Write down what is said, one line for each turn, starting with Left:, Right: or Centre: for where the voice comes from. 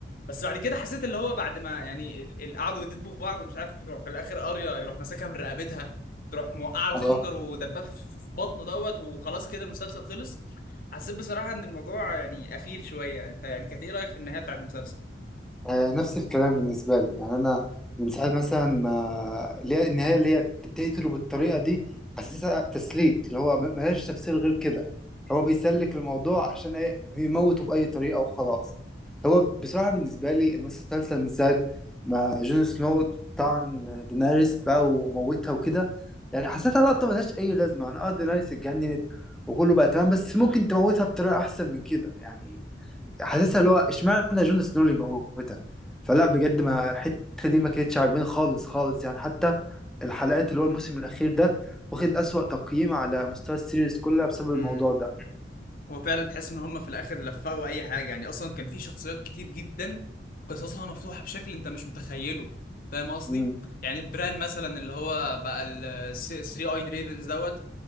Left: بس بعد كده حسيت اللي هو بعد ما يعني ال- ال- قعدوا يدبوا في بعض ومش عارف يروح في الاخر اريا يروح ماسكها من رقبتها تروح موقعه الخنجر
Centre: اه
Left: ودباه في بطنه دوت وخلاص كده المسلسل خلص حسيت بصراحة إن الموضوع يعني قفيل شوية أنت يعني كانت إيه رأيك في النهاية بتاعت المسلسل؟
Centre: آه، نفس الكلام بالنسبة لي يعني أنا من ساعة مثلا ما اللي هي النهاية اللي هي ت- تقتله بالطريقة دي حاسسها تسليك اللي هو م- ملهاش تفسير غير كده هو بيسلك الموضوع عشان إيه؟ يموته بأي طريقة وخلاص هو بصراحة بالنسبة لي المسلسل من ساعة ما جون سنو طعن دينيريس بقى وموتها وكده يعني حسيتها لقطة ملهاش أي لازمة أنا أه دينيريس اتجننت وكله بقى تمام بس ممكن تموتها بطريقة أحسن من كده يعني حاسسها اللي هو اشمعنى جون سنو اللي يموتها فلا بجد ما الحته دي ما كانتش عاجباني خالص خالص يعني حتى الحلقات اللي هو الموسم الاخير ده واخد اسوأ تقييم على مستوى السيريز كلها بسبب الموضوع
Left: امم
Centre: ده
Left: هو فعلا تحس ان هم في الاخر لفقوا اي حاجه يعني اصلا كان في شخصيات كتير جدا قصصها مفتوحه بشكل انت مش متخيله فاهم قصدي
Centre: مم.
Left: يعني بران مثلا اللي هو بقى ال 3 اي دريفنز دوت